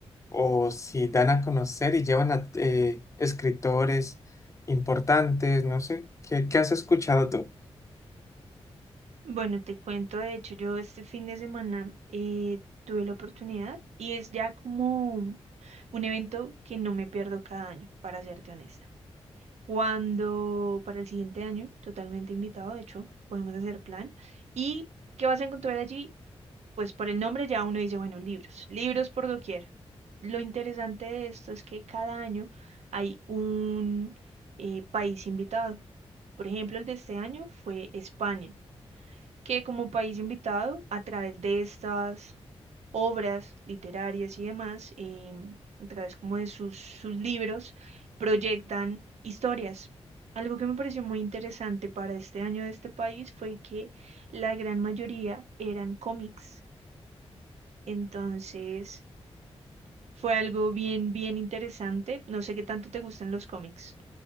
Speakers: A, on the left; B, on the right.
A: o si dan a conocer y llevan a eh, escritores importantes, no sé, ¿qué, qué has escuchado tú?
B: Bueno, te cuento, de hecho, yo este fin de semana eh, tuve la oportunidad y es ya como un evento que no me pierdo cada año, para serte honesta. Cuando para el siguiente año, totalmente invitado, de hecho, podemos hacer plan. ¿Y qué vas a encontrar allí? Pues por el nombre ya uno dice, bueno, libros, libros por doquier. Lo interesante de esto es que cada año hay un eh, país invitado. Por ejemplo, el de este año fue España que como país invitado, a través de estas obras literarias y demás, em, a través como de sus, sus libros, proyectan historias. Algo que me pareció muy interesante para este año de este país fue que la gran mayoría eran cómics. Entonces, fue algo bien, bien interesante. No sé qué tanto te gustan los cómics.